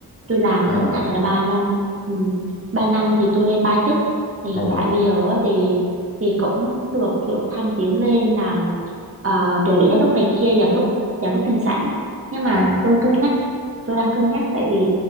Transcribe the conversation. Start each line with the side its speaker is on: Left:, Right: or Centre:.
Right: tôi làm
Left: à
Right: cái khách sạn này là ba năm ừ. 3 năm thì tôi lên ba chức thì hiện
Left: ồ
Right: tại bây giờ á thì thì cũng được kiểu thăng tiến lên làm ờ, trợ lý giám đốc này kia giám đốc giám đốc tiền sảnh nhưng mà
Left: à,
Right: tôi cân nhắc tôi đang cân nhắc tại vì